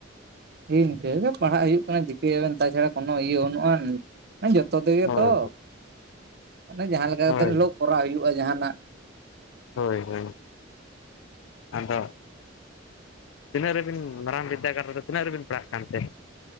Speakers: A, on the right; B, on the left.
A: ᱦᱮᱸ ᱤᱱᱠᱟᱹ ᱜᱮ ᱯᱟᱲᱦᱟᱜ ᱦᱩᱭᱩᱜ ᱠᱟᱱᱟ ᱪᱤᱠᱟᱹᱭᱟᱵᱮᱱ ᱛᱟᱪᱷᱟᱲᱟ ᱠᱳᱱᱳ ᱤᱭᱟᱹ ᱵᱟᱹᱱᱩᱜ ᱟᱱ᱾ ᱡᱚᱛᱚ ᱛᱮᱜᱮ
B: ᱦᱳᱭ
A: ᱛᱚ ᱢᱟᱱᱮ ᱡᱟᱦᱟᱸ ᱞᱮᱠᱟ
B: ᱦᱳᱭ
A: ᱠᱟᱛᱮᱜ ᱦᱤᱞᱚᱜ ᱠᱚᱨᱟᱣ ᱦᱩᱭᱩᱜᱼᱟ ᱡᱟᱦᱟᱱᱟᱜ ᱾
B: ᱦᱳᱭ ᱦᱳᱭ ᱟᱫᱚ ᱛᱤᱱᱟᱹᱜ ᱨᱮᱵᱤᱱ ᱢᱟᱨᱟᱝ ᱵᱤᱫᱽᱫᱟᱹᱜᱟᱲ ᱨᱮᱫᱚ ᱛᱤᱱᱟᱹᱜ ᱨᱮᱵᱤᱱ ᱯᱟᱲᱦᱟᱜ ᱠᱟᱱᱛᱮ?